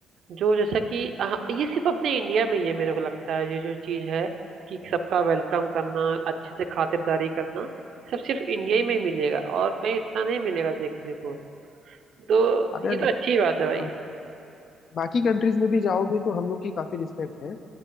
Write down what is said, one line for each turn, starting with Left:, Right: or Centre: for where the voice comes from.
Right: जो जैसा कि हाँ, ये सिर्फ अपने इंडिया में ही है मेरे को लगता है ये जो चीज है कि सबका वेलकम करना अच्छे से खातिरदारी करना सब सिर्फ इंडिया ही में ही मिलेगा और कहीं इतना नहीं मिलेगा देखने को तो
Left: अब यार
Right: ये तो
Left: देखो
Right: अच्छी
Left: अ,
Right: बात है भाई
Left: बाकी कंट्रीज में भी जाओगे तो हम लोग की काफी रिस्पेक्ट है